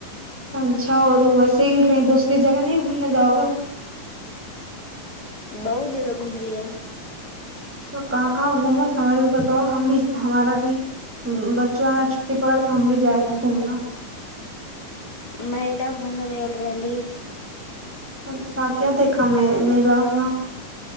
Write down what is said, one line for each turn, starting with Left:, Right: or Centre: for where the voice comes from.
Centre: अच्छा और वैसे कही दूसरी जगह नहि घूमने जाओगे
Left: बहुत जगह घुमलियैन
Centre: त कहाँ कहाँ घूमो तऽ हमरा भी बताओ हम भी हमारा भी बच्चा छुट्टी पड़त तऽ हम भी जाय घूमना
Left: मैदा घुम गेल रहली
Centre: अच्छा क्या देखा मे मेेला ओना